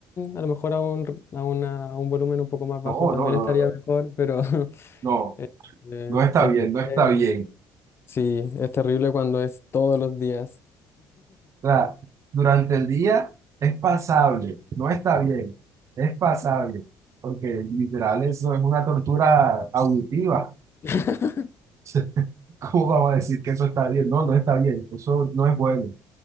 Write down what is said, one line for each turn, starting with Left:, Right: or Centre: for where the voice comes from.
Left: a lo mejor a un, a una- a un volumen un poco más bajo
Right: No,
Left: también
Right: no, no,
Left: estaría
Right: no, no,
Left: mejor, pero <laughs>
Right: no
Left: eh, eh,
Right: no está
Left: es-
Right: bien, no está
Left: eh,
Right: bien.
Left: sí, es terrible cuando es todos los días.
Right: O sea, durante el día es pasable, no está bien, es pasable, porque literal eso es una tortura auditiva.
Left: <laughs>
Right: <laughs> ¿Cómo vamos a decir que eso está bien? No, no está bien, eso no es bueno.